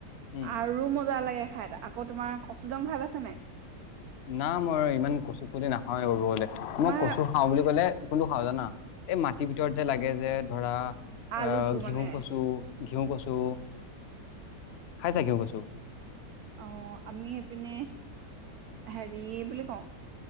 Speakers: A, on the left; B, on the right.
A: উম।
B: আৰু মজা লাগে খায় আকৌ তোমাৰ কচু দং খা‌য় পাইছানে নাই?
A: না মই ইমান কচু পুলি নাখাৱেই ক'ব গ'লে
B: তোমাৰ
A: মই কচু খাওঁ বুলি ক'লে কোনটো খাওঁ জানা? এ মাটিৰ ভিতৰত যে, লাগে যে, ধৰা
B: আলুটো
A: আ, ঘিউ
B: মানে
A: কচু, ঘিউ কচু খাইছা ঘিউ কচু?
B: অ', আমি এইপিনে হেৰি বুলি কওঁ